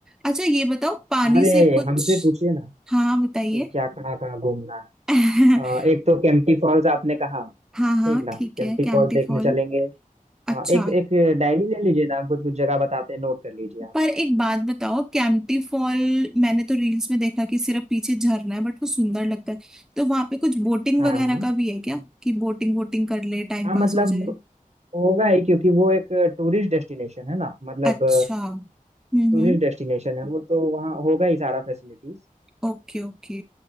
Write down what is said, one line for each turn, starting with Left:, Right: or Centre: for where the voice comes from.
Centre: अच्छा ये बताओ पानी
Right: अरे
Centre: से कुछ
Right: हमसे पूछिए ना
Centre: हाँ बताइए
Right: कि क्या कहाँ कहाँ घूमना है
Centre: <laughs>
Right: अ, एक तो केम्प्टी फॉल्स आपने कहा
Centre: हाँ हाँ
Right: ठीक ना
Centre: ठीक
Right: केम्प्टी
Centre: है कैंटी
Right: फॉल्स देखने
Centre: फॉल
Right: चलेंगे
Centre: अच्छा
Right: अ, एक एक डायरी ले लीजिए ना हम कुछ कुछ जगह बताते हैं नोट कर लीजिए आप
Centre: पर एक बात बताओ कैंटी फॉल मैंने तो रील्स में देखा कि सिर्फ पीछे झरना है बट वो सुंदर लगता है तो वहां पे कुछ बोटिंग
Right: हाँ
Centre: वगैरह
Right: हाँ
Centre: का भी है क्या कि बोटिंग वोटिंग कर ले टाइम
Right: हाँ
Centre: पास
Right: मतलब
Centre: हो जाए
Right: होगा ही क्योंकि वो एक टूरिस्ट डेस्टिनेशन है ना मतलब
Centre: अच्छा हम्म
Right: टूरिस्ट
Centre: हम्म।
Right: डेस्टिनेशन है वो तो वहाँ होगा ही सारा फैसिलिटीज
Centre: ओके ओके